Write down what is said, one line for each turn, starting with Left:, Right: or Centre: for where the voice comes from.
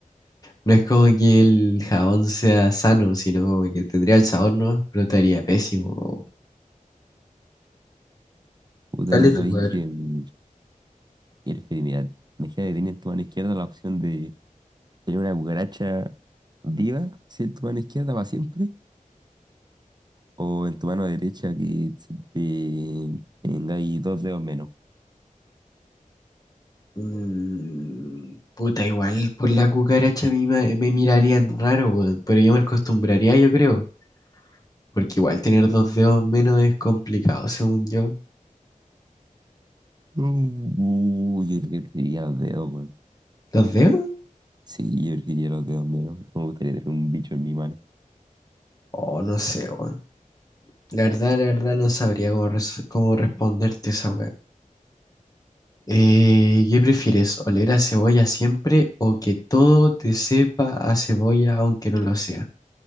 Left: No es como que el jabón sea sano, sino como que tendría el sabor, ¿no? Pero estaría pésimo. po. weón.
Right: Puta,
Left: Dale
Right: sabéis
Left: tu lugar.
Right: que mm, qué preferí, mira, imagínate que tenía en tu mano izquierda la opción de tener una cucaracha viva, si en tu mano izquierda para siempre, o en tu mano derecha que se te tengáis dos dedos menos.
Left: Mm, puta, igual por la cucaracha a mí me, me mirarían raro, weón, pero yo me acostumbraría, yo creo, porque igual tener dos dedos menos es complicado, según yo.
Right: Uh, yo creo que preferiría los dedos, weón.
Left: ¿Dos dedos?
Right: Sí, yo preferiría los dedos menos. No me gustaría tener un bicho en mi mano.
Left: Oh, no sé, weón. La verdad, la verdad, no sabría cómo, res- cómo responderte esa weá. Eh, ¿qué prefieres? ¿Oler a cebolla siempre o que todo te sepa a cebolla aunque no lo sea?